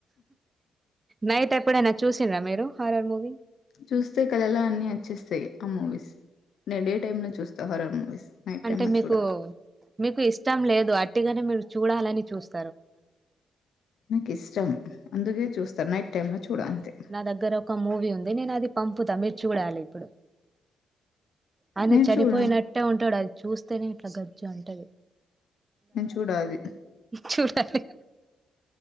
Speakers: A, on the right; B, on the left.
A: నైట్ ఎప్పుడైనా చూసిండ్రా మీరు హారర్ మూవీ
B: చూస్తే కళలు అన్ని వచ్చేస్తాయి ఆ మూవీస్ నేను ఏ డే టైమ్ లో చూస్తా హరర్ మూవీస్ నైట్
A: అంటే
B: టైమ్ లో
A: మీకు
B: చూడ
A: మీకు ఇష్టం లేదు అట్టిగానే మీరు చూడాలని చూస్త
B: నాకు ఇష్టం అందుకే చూస్తా నైట్ టైమ్ చూడ అంతే
A: నా దగ్గర ఒక మూవీ ఉంది నేను అది పంపుతా మీరు చుడాలి ఇప్పుడు ఆయన
B: నేను
A: చనిపోయినట్టే
B: చూడ
A: ఉంటాడు అది చూస్తేనే ఇట్లా గజ్జు ఉంటది
B: నేను చూడ అది
A: చూడాలి